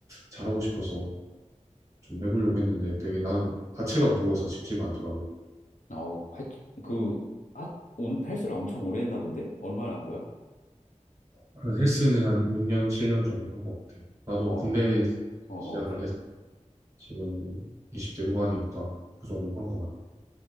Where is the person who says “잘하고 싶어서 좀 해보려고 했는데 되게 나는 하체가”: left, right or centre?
Right